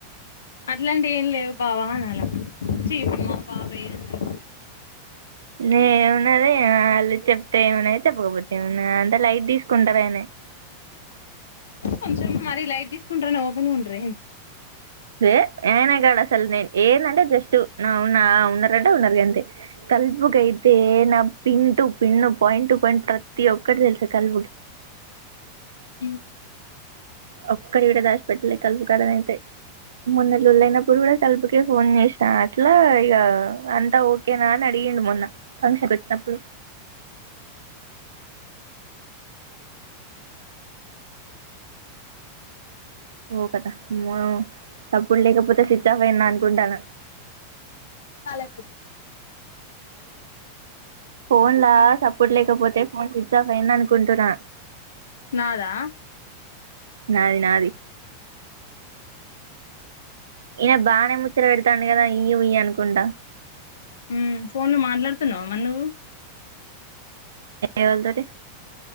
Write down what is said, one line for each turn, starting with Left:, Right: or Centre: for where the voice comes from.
Left: అట్లాంటివి ఏం లేవు బావ అనాల అప్పుడు చీ మా బాబాయే అనాలి
Right: ఏమున్నదే వాళ్లు చెప్తే ఏమన్నైతే పోవచ్చు ఏమన్నా అంటే లైట్ తీసుకుంటారయనా
Left: కొంచెం మరి లైట్ తీసుకుంటారని ఓపెన్గా ఉంటారా ఏంది
Right: ఏ ఆయనే కాడ అసలు నేను ఏందంటే జస్ట్ అవున్నా ఉన్నారంటే ఉన్నారు గంతే కల్పుకు అయితే నా pin to pin point to point ప్రతి ఒక్కటి తెలుసు కలుపుకి
Left: ఉమ్మ్
Right: ఒక్కటి కూడా దాస్పిటలే కలుపుకాడనా అయితే మొన్న లోళ్ళియినప్పుడు కూడా కలుపుకే ఫోన్ చేసిన అట్లా ఇగ అంతా ఓ కేనా అని అడిగిండు మొన్న ఫంక్షన్‌కి వచ్చినప్పుడు ఓ కథ అమ్మో చప్పుడు లేకపోతే స్విచ్ ఆఫ్ అయింది అనుకుంట్టన్న
Left: కాల్ లేపు
Right: ఫోన్ లా సప్పుడు లేకపోతే ఫోన్ స్విచ్ ఆఫ్ అయింది అనుకుంటున్నా
Left: నాదా
Right: నాది నాది ఇయన బానే ముచ్చట పెడతాండు కదా ఇయ్ ఉయ్ అనుకుంటా
Left: ఉమ్మ్ ఫోన్లు మాట్లాడుతున్నావా మరి నువ్వు
Right: ఎవళ్ళతోటి